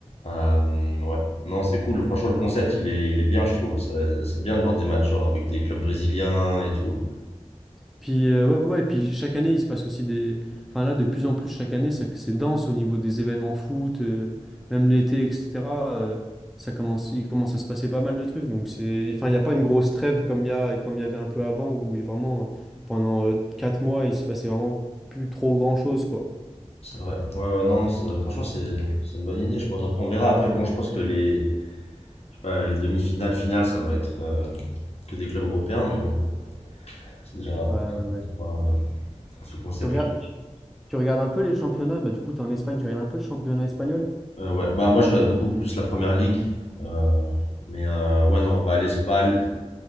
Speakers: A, on the left; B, in the centre.
A: Euh, ouais. Non, c'est cool. Franchement, le concept, il est, il est bien, je trouve. Ça- C'est bien de voir des matchs genre avec des clubs brésiliens et tout.
B: Puis euh, ouais, ouais, et puis chaque année, il se passe aussi des. Enfin là, de plus en plus, chaque année, ça- c'est dense au niveau des événements foot, euh, même l'été, etc. euh, ça commence, il commence à se passer pas mal de trucs. Donc c'est, enfin, il n'y a pas une grosse trêve comme il y a, comme il y avait un peu avant, où vraiment euh, pendant euh, quatre mois, il se passait vraiment plus trop grand-chose, quoi.
A: C'est vrai. Ouais, ouais, non, non, c'est- franchement, c'est c'est une bonne idée, je pense. Après, on verra. Après, bon, je pense que les, je sais pas, les demi-finales, finales, ça va être euh, que des clubs européens, mais bon, c'est déjà
B: Ouais, ouais, ouais.
A: voir, euh, ce concept.
B: Tu regardes, tu, tu regardes un peu les championnats, bah du coup, t'es en Espagne, tu regardes un peu le championnat espagnol?
A: Euh, ouais, bah, moi, je regarde beaucoup plus la première ligue. euh, mais euh, ouais, non, bah, les bah, l-